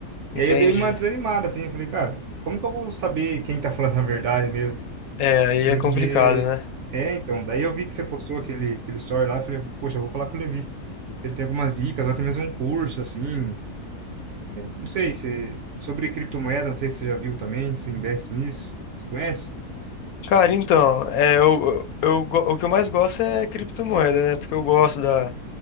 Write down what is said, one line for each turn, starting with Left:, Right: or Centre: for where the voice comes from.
Left: Entendi.
Right: E aí eu dei uma desanimada, assim, eu falei, cara, como que eu vou saber quem tá falando a verdade mesmo?
Left: É, aí
Right: Porque.
Left: é complicado, né?
Right: É, então, daí eu vi que você postou aquele, aquele story lá, eu falei, poxa, eu vou falar com o Levi. Se ele tem algumas dicas, ou até mesmo um curso, assim. Não sei, você... sobre criptomoeda, não sei se você já viu também, se investe nisso. Você conhece?
Left: Cara, então, é, eu, eu, eu go- o que eu mais gosto é criptomoeda, né? Porque eu gosto da,